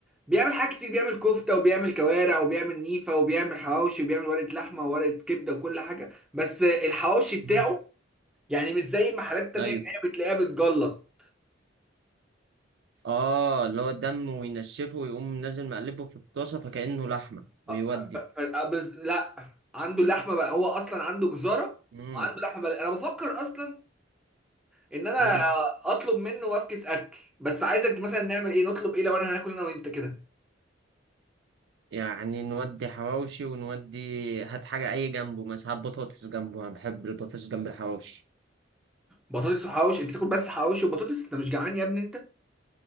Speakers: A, in the centre; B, on the right.
A: بيعمل حاجات كتير بيعمل كفته وبيعمل كوارع وبيعمل نيفه وبيعمل حواوشي وبيعمل ورقه لحمه وورقه كبده وكل حاجه بس الحواوشي بتاعه
B: مم.
A: يعني مش زي المحلات التانيه
B: أيوه
A: اللي هي بتلاقيها بتجلط
B: آه اللي هو الدم وينشفه ويقوم نازل مقلبه في الطاسة فكأنه لحمة ويودي
A: أ- ف- ف- أ- بز... لا عنده اللحمه بقى هو اصلا عنده جزاره
B: مم.
A: وعنده لحمه بقى. انا بفكر اصلا ان انا
B: مم.
A: اطلب منه وافكس اكل بس عايزك مثلا نعمل ايه نطلب ايه لو انا هناكل انا وانت كده
B: يعني نودي حواوشي ونودي هات حاجة أي جنبه مثلا هات بطاطس جنبه أنا بحب البطاطس جنب الحواوشي
A: بطاطس وحواوشي انت تاكل بس حواوشي وبطاطس انت مش جعان يا ابني انت